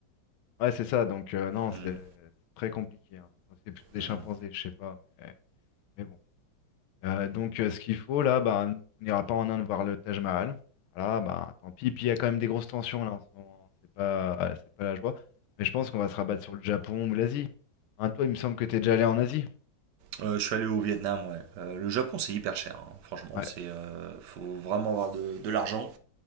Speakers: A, on the left; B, on the right.
A: Ouais, c'est ça. Donc, euh, non, c'est
B: Mm.
A: c'est très compliqué. hein. Enfin, C'est plutôt des
B: Mm.
A: chimpanzés, je sais pas. Mais, mais bon. Euh, donc, euh, ce qu'il faut, là, bah, on n'ira pas en Inde voir le Taj Mahal. Voilà, bah, tant pis. Puis, il y a quand même des grosses tensions, là, en ce moment. hein. C'est pas, c'est pas la joie. Mais je pense qu'on va se rabattre sur le Japon ou l'Asie. Hein, toi, il me semble que t'es déjà allé en Asie.
B: Euh, je suis allé au Vietnam, ouais. Euh, le Japon, c'est hyper cher, hein. franchement.
A: Ouais.
B: C'est, euh, faut vraiment avoir de, de l'argent.